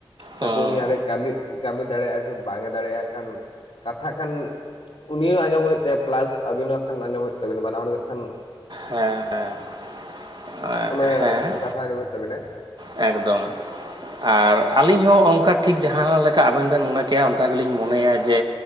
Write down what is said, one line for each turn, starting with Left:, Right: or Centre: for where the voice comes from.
Left: ᱛᱟᱯᱚᱨ
Right: ᱦᱩᱸ
Left: ᱩᱱᱤ ᱦᱮ ᱠᱟᱹᱢᱤ ᱠᱟᱹᱢᱤ ᱫᱟᱲᱮᱭᱟᱜᱼᱟ ᱥᱮ ᱵᱟᱝ ᱮ ᱫᱟᱲᱮᱭᱟᱜᱼᱟ ᱠᱷᱟᱱ ᱠᱟᱛᱷᱟᱜ ᱠᱷᱟᱱ᱾ ᱩᱱᱤᱭ ᱦᱚᱸ ᱟᱸᱡᱚᱢ ᱦᱳᱭᱳᱜ ᱛᱟᱭᱟ ᱯᱞᱟᱥ ᱟᱵᱤᱱᱟᱜ ᱠᱷᱟᱱ ᱟᱸᱡᱚᱢ ᱦᱩᱭᱩᱜ ᱛᱟᱵᱤᱱᱟ ᱵᱟᱱᱟ ᱦᱚᱲ ᱜᱮ᱾ ᱠᱷᱟᱱ
Right: ᱦᱮᱸ ᱦᱮᱸ
Left: ᱚᱱᱮ
Right: ᱦᱮᱸ᱾
Left: ᱠᱟᱛᱷᱟ ᱟᱸᱡᱚᱢ ᱦᱩᱭᱩᱜ ᱛᱟᱵᱤᱱᱟ
Right: ᱮᱠᱫᱚᱢ᱾ ᱟᱨ ᱟᱹᱞᱤᱧ ᱦᱚᱸ ᱚᱱᱠᱟ ᱴᱷᱤᱠ ᱡᱟᱦᱟᱸ ᱞᱮᱠᱟ ᱟᱵᱮᱱ ᱵᱮᱱ ᱢᱚᱱᱮ ᱠᱮᱜᱭᱟ ᱚᱱᱠᱟ ᱜᱮᱞᱤᱧ ᱢᱚᱱᱮᱭᱟ ᱡᱮᱼᱼ